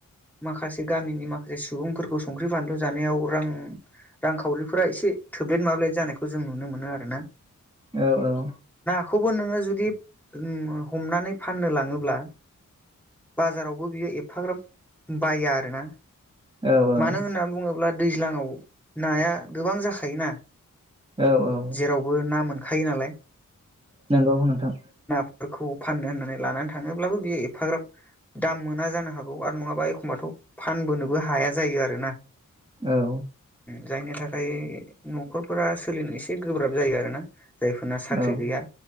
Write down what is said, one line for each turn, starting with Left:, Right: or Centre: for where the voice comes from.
Centre: माखासे गामिनि माखासे सुबुंफोरखौ संख्रि बानलु जानायाव रां रांखावरिफोरा एसे थोब्लेथ माब्लेद जानायखौ जों नुनो मोनो आरो ना
Right: औ औ
Centre: खौबो नोङो जुदि हमनानै फाननो लाङोब्ला बाजारावबो बियो एफाग्राब बाया आरोना
Right: औ औ
Centre: मानो होननानै बुङोब्ला दैज्लाङाव नाया गोबां जाखा थायोना
Right: औ औ
Centre: जेरावबो ना मोन खायो नालाय
Right: नंगौ नोंथां
Centre: फोरखौ फाननो होननानै लानानै थाङोब्लाबो बियो एफाग्राब दाम मोना जानो हागौ आरो नङाबा एखम्बाथ' फानबोनोबो हाया जायो आरोना
Right: औ
Centre: जायनि थाखाय न'खरफोरा सोलिनो एसे गोब्राब जायो आरो ना जायफोरना साख्रि
Right: औ
Centre: गैया